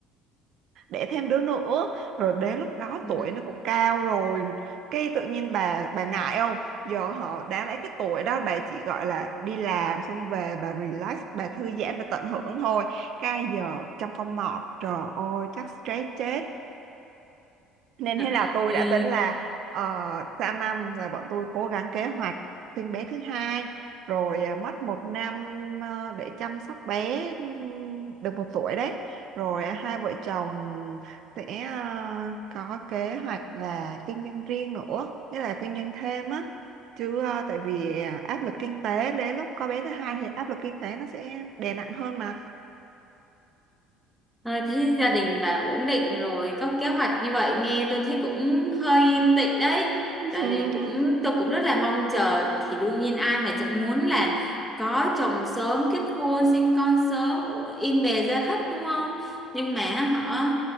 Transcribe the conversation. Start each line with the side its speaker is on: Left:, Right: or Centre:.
Right: đẻ thêm đứa nữa rồi đến lúc đó
Centre: Ừ.
Right: tuổi nó cũng cao rồi cái tự nhiên bà bà ngại không giờ họ đáng lẽ cái tuổi đó bà chỉ gọi là đi làm xong về bà relax bà thư giãn bà tận hưởng thôi cái giờ trong phong mọt trời ơi chắc stress chết nên
Centre: <laughs>
Right: thế là tôi
Centre: Ừ.
Right: đã tính là uh, sang năm là bọn tôi cố gắng kế hoạch sinh bé thứ hai rồi à, mất một năm ờ, để chăm sóc bé ừm, được một tuổi đấy rồi à, hai vợ chồng sẽ ờ, có kế hoạch là kinh doanh riêng nữa nghĩa là kinh doanh thêm á chứ ờ, tại vì ờ, áp lực kinh tế đến lúc có bé thứ hai thì áp lực kinh tế nó sẽ đè nặng hơn mà
Centre: À, thế gia đình bà ổn định rồi có kế hoạch như vậy nghe tôi thấy cũng hơi yên tị đấy
Right: <laughs>
Centre: tại vì cũng tôi cũng rất là mong chờ thì đương nhiên ai mà chả muốn là có chồng sớm kết hôn sinh con sớm ổ- yên bề gia thất đúng không nhưng mà họ